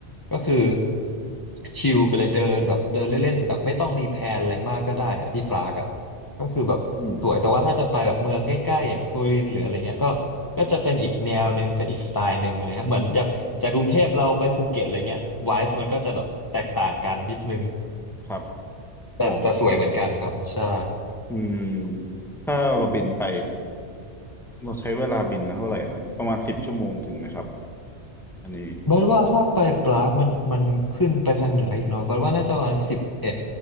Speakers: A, on the left (about 20°); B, in the centre.
A: ก็คือชิลไปเลยเดินแบบเดินเล่นๆแบบไม่ต้องมีแพลนอะไรมากก็ได้อะที่ปาร์กอะก็คือแบบ
B: อืม
A: สวยแต่ว่าถ้าจะไปแบบเมืองใกล้ๆอย่างปูรินหรืออะไรเงี้ยก็ก็จะเป็นอีกแนวหนึ่งเป็นอีกสไตล์หนึ่งอะไรครับเหมือนจากจากกรุงเทพเราไปภูเก็ตอะไรเงี้ยไวฟ์มันก็จะแบบแตกต่างกันนิดนึง
B: ครับ
A: แต่แต่สวยเหมือนกันครับใช่
B: อ๋ออืมถ้าเราบินไปเราใช้เวลาบินมาเท่าไหร่นะประมาณสิบชั่วโมงถึงไหมครับอันนี้
A: บัดว่าถ้าไปปรากมันมันขึ้นไปทางเหนืออีกเนาะบัดว่าน่าจะประมาณสิบเอ็ด